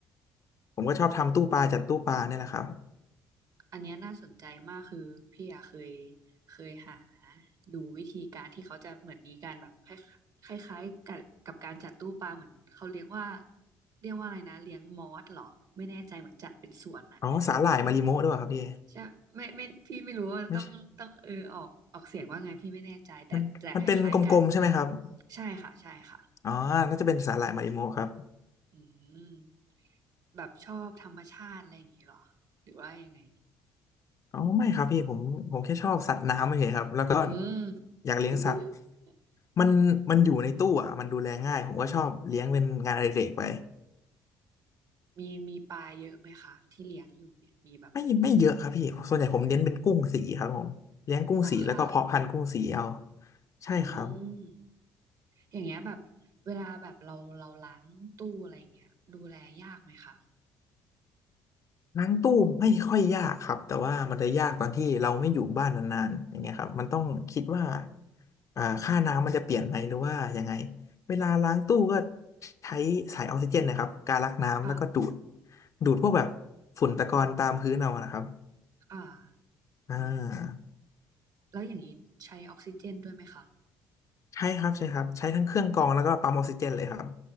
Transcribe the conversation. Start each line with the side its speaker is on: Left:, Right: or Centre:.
Left: ผมก็ชอบทำตู้ปลาจัดตู้ปลาเนี่ยแหละครับ
Right: อันเนี้ยน่าสนใจมากคือพี่อะเคยเคยหาดูวิธีการที่เขาจะเหมือนมีการแบบคล้ายคล้ายๆกับกับการจัดตู้ปลาเหมือนเขาเรียกว่าเรียกว่าอะไรนะเลี้ยงมอสเหรอไม่แน่ใจเหมือนจัดเป็นสวนอะ
Left: อ๋อสาหร่ายมาริโมะด้วยเหรอครับพี่
Right: ใช่ไม่ไม่พี่ไม่รู้ว่าต้องต้องเออออกออกเสียงว่าไงพี่ไม่แน่ใจแต่แต่คล้ายๆกัน
Left: ไม่ใช่มันมันเป็นกลมๆใช่ไหมครับ
Right: ใช่ค่ะใช่ค่ะ
Left: อ๋อน่าจะเป็นสาหร่ายมาริโมะครับ
Right: อืมแบบชอบธรรมชาติอะไรอย่างนี้เหรอหรือว่ายังไง
Left: อ๋อไม่ครับพี่ผมผมแค่ชอบสัตว์น้ำเฉยๆครับแล้วก็
Right: อืม
Left: อยากเลี้ยงสัตว์
Right: <laughs>
Left: มันมันอยู่ในตู้อ่ะมันดูแลง่ายผมก็ชอบเลี้ยงเป็นงานอดิเรกไป
Right: มีมีปลาเยอะไหมคะที่เลี้ยงอยู่เนี่ยมีแบบ
Left: ไม่ไม่เยอะครับพี่ส่วนใหญ่ผมเน้นเป็นกุ้งสีครับผมเลี้ยงกุ้งสีแล้วก็เพาะพันธุ์กุ้งสีเอา
Right: เหรอคะ
Left: ใช่ครับ
Right: อืมอย่างเงี้ยแบบเวลาแบบเราเราล้างตู้อะไรอย่างเงี้ยดูแลยากไหมคะ
Left: ล้างตู้ไม่ค่อยยากครับแต่ว่ามันจะยากตอนที่เราไม่อยู่บ้านนานๆอย่างเงี้ยครับมันต้องคิดว่า
Right: อืม
Left: อ่าค่าน้ำมันจะเปลี่ยนไหมหรือว่ายังไงเวลาล้างตู้ก็ใช้สายออกซิเจนนะครับการลักน้ำแล้วก็ดูด
Right: ค่ะ
Left: ดูดพวกแบบฝุ่นตะกอนตามพื้นเอานะครับ
Right: ค่ะ
Left: อ่า
Right: อืมแล้วอย่างนี้ใช้ออกซิเจนด้วยไหมคะ
Left: ใช่ครับใช่ครับใช้ทั้งเครื่องกรองแล้วก็ปั๊มออกซิเจนเลยครับ